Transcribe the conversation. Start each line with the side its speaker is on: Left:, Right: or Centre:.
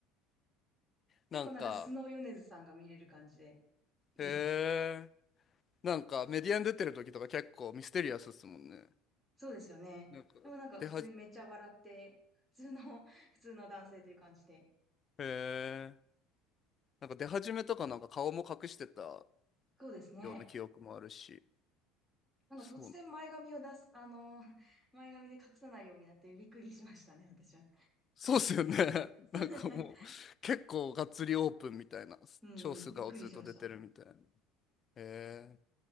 Centre: 結構なんかスノー米津さんが見れる感じで
Left: なんか、
Centre: いいです。
Left: へえ。なんかメディアに出てる時とか結構ミステリアスですもんね。
Centre: そうですよね。
Left: なんか出は、
Centre: でもなんか普通にめっちゃ笑って、
Left: へ
Centre: 普通の、<laughs> 普通の男性という感じで。
Left: え。なんか出始めとかなんか顔も隠してたよ
Centre: そうですね。
Left: うな記憶もあるし。
Centre: なんか突然前髪を出す、
Left: そうな。
Centre: <laughs> あのー、<laughs> 前髪で隠さないようになってびっくりしましたね、私は。
Left: そうっすよね。<laughs>
Centre: <laughs>
Left: なんかもう結構がっつりオープンみたいな、
Centre: うんうん、
Left: 超素顔ずっと出てるみたいな。
Centre: びっくりしました。
Left: へえ。